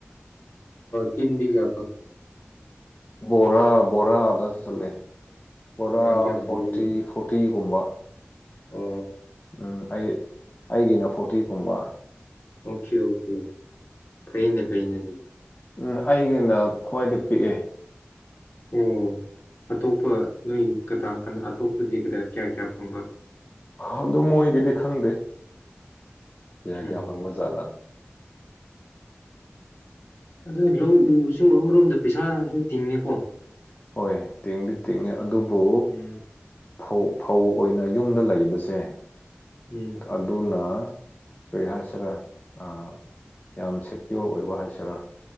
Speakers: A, on the left; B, on the left.
A: ꯇꯤꯟꯗꯤꯒ
B: ꯕꯣꯔꯥ ꯕꯣꯔꯥ ꯆꯠꯂꯦ ꯄꯨꯔꯥ
A: ꯕꯣꯔꯥ ꯀꯌꯥ
B: ꯐꯣꯔꯇꯤ
A: ꯐꯪꯕ ꯂꯩ
B: ꯐꯣꯔꯇꯤꯒꯨꯝꯕ
A: ꯑꯣ
B: ꯎꯝ ꯑꯩ ꯑꯩꯒꯤꯅ ꯐꯣꯔꯇꯤꯒꯨꯝꯕ
A: ꯑꯣꯀꯦ ꯑꯣꯀꯦ ꯐꯩꯅꯦ ꯐꯩꯅꯦ
B: ꯎꯝ ꯑꯩꯒꯤꯅ ꯈ꯭ꯋꯥꯏꯗꯒꯤ ꯄꯤꯛꯑꯦ
A: ꯑꯣ ꯑꯇꯣꯞꯄ ꯅꯣꯏ ꯀꯗꯥ ꯀ ꯑꯇꯣꯞꯄꯗꯤ ꯀ ꯀꯌꯥ ꯀꯌꯥ ꯐꯪꯕ
B: ꯑꯗꯨ ꯃꯣꯏꯒꯤꯗꯤ ꯈꯪꯗꯦ ꯀꯌꯥ
A: ꯎꯝ
B: ꯀꯌꯥ ꯐꯪꯕ ꯖꯥꯠꯂꯥ
A: ꯑ ꯂꯧ ꯎꯕꯁꯨ ꯑꯃꯔꯣꯝꯗ ꯄꯩꯁꯥꯁꯨ ꯇꯤꯡꯉꯦꯀꯣ
B: ꯍꯣꯏ ꯇꯤꯡꯗꯤ ꯇꯤꯡꯉꯦ ꯑꯗꯨꯕꯨ
A: ꯎꯝ
B: ꯐꯧ ꯐꯧ ꯑꯣꯏꯅ ꯌꯨꯝꯗ ꯂꯩꯕꯁꯦ
A: ꯎꯝ
B: ꯑꯗꯨꯅ ꯀꯔꯤꯍꯁꯤꯗ ꯑ ꯌꯥꯝ ꯁꯦꯀ꯭ꯌꯣꯔ ꯑꯣꯏꯕ ꯍꯥꯏꯁꯤꯔꯥ